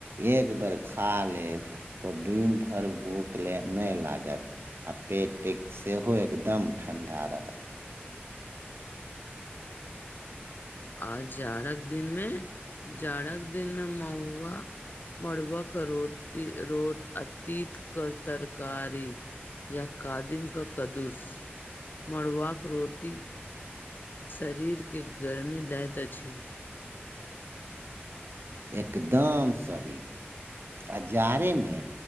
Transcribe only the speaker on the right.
एक बेर खा लेब त दिन भइर भूख ले नै लागत। आ पेट त सेहो एकदम ठंडा रहत।
एकदम सही। आ जाड़े मे